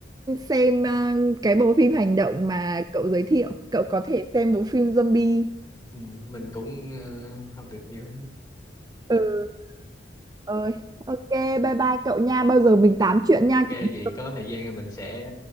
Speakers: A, on the right; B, on the left.
A: xem à, cái bộ phim hành động mà cậu giới thiệu. Cậu có thể xem bộ phim zombie.
B: ừ, mình cũng ờ, học được nhiều
A: Ừ, ơi. Ok, bye bye cậu nha. Bao giờ mình tám chuyện
B: ok
A: nha.
B: vậy
A: Kiểu,
B: có thời gian là mình sẽ